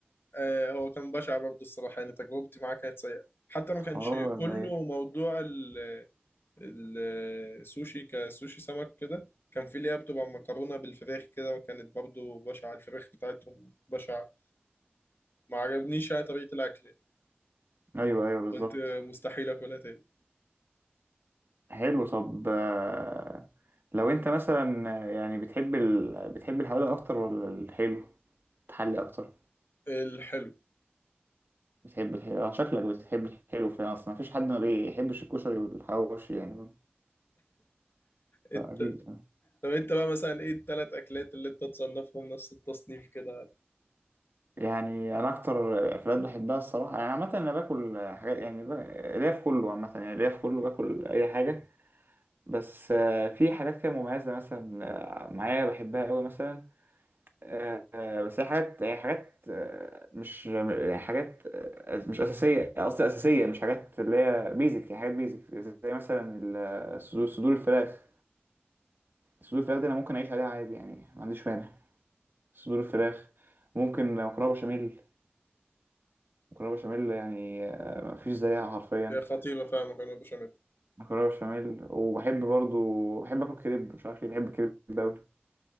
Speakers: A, on the left; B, on the right.
A: آه هو كان بشع برضه الصراحه يعني تجربتي معاه كانت سيئه حتى ما كانش
B: حوار
A: كله
B: غريب
A: موضوع ال- ال- السوشي كسوشي سمك كده كان في اللي هي بتبقى مكرونه بالفراخ كده وكانت برضه بشعه الفراخ بتاعتهم بشعه ما عجبنيش يعني طريقة الأكل يعني.
B: ايوه ايوه بالظبط
A: قلت مستحيل أكلها تاني
B: حلو طب آه، لو انت مثلا آه، يعني بتحب ال... بتحب الحوادق اكتر ولا الحلو تحلي اكتر
A: الحلو
B: بتحب الحلو آه، شكلك بتحب الحلو فعلا اصلا مفيش حد ما بيحبش الكشري والحواوشي يعني
A: انت
B: اكيد
A: طب انت بقى مثلا ايه التلات أكلات اللي انت تصنفهم نفس التصنيف كده
B: يعني انا اكتر اكلات بحبها الصراحه يعني عامه انا باكل حاجات يعني ب... ليا في كله عامه يعني ليا في كله باكل اي حاجه بس آه، في حاجات كده مميزه مثلا آه، معايا بحبها قوي مثلا آه، بس هي حاجات هي حاجات آه، مش يعني حاجات آه، مش أساسية قصدي أساسية مش حاجات اللي هي بيزك هي حاجات بيزك زي مثلا ال- آه، صدور صدور الفراخ صدور الفراخ دي أنا ممكن أعيش عليها عادي يعني ما عنديش مانع صدور الفراخ ممكن مكرونة بشاميل مكرونة بشاميل يعني آه، ما فيش زيها حرفيا
A: هي خطيرة فعلا مكرونة بشاميل
B: مكرونة بشاميل وبحب برضو بحب آكل كريب مش عارف ليه بحب الكريب ده أوي